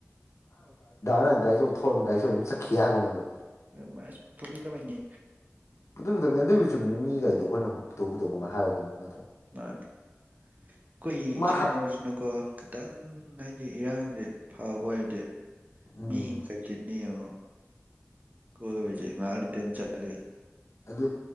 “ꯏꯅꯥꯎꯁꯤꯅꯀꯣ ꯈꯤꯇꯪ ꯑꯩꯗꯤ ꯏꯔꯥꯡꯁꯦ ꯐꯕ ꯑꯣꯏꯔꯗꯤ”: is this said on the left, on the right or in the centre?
Right